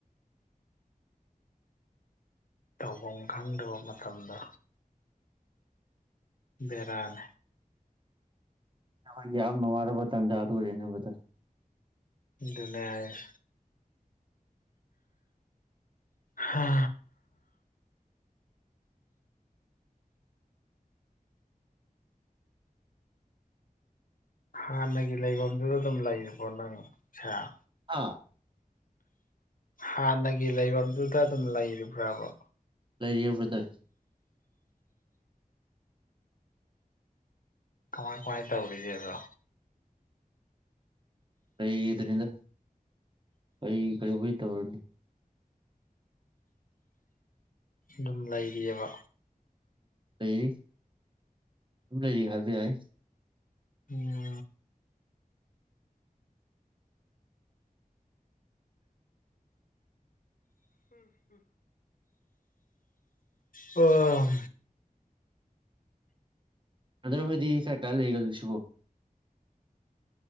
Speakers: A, on the left; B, on the right.
A: ꯇꯧꯐꯝ ꯈꯪꯗꯕ ꯃꯇꯝꯗ ꯕꯔꯜ
B: ꯅꯒꯤ ꯌꯥꯝꯅ ꯋꯥꯔꯕ ꯇꯟꯖꯥꯗ ꯑꯣꯏꯔꯅꯦꯕꯗ
A: ꯑꯗꯨꯅꯦꯔ ꯍ ꯍꯥꯟꯅꯒꯤ ꯂꯩꯐꯝꯗꯨꯗ ꯑꯗꯨꯝ ꯂꯩꯔꯤꯕꯣ ꯅꯪ ꯁꯥꯦ
B: ꯑꯥ
A: ꯍꯥꯟꯅꯒꯤ ꯂꯩꯐꯝꯗꯨꯗ ꯑꯗꯨꯝ ꯂꯩꯔꯤꯕ꯭ꯔꯕ
B: ꯂꯩꯕꯗ
A: ꯀꯃꯥꯏ ꯀꯃꯥꯏꯅ ꯇꯧꯔꯤꯒꯦ ꯑꯗꯣ
B: ꯀꯗꯅꯤꯗ ꯀ ꯀꯔꯤ ꯀꯏ ꯇꯧꯔꯅꯤ
A: ꯑꯗꯨꯝ ꯂꯩꯔꯤꯑꯕ
B: ꯂꯩꯔꯤ ꯁ ꯂꯩꯔꯤ ꯍꯥꯏꯕ ꯌꯥꯏ
A: ꯎꯝ ꯑ
B: ꯑꯗꯨ꯭ꯔꯣ ꯍꯣꯏꯗꯤ ꯀꯥꯏ ꯀꯥꯏ ꯂꯩꯒ ꯁꯤꯕꯨꯣ